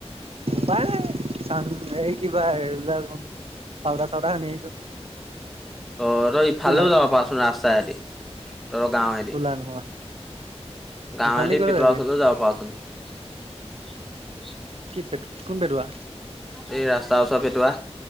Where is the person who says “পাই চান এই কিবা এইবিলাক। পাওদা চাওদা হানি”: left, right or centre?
Right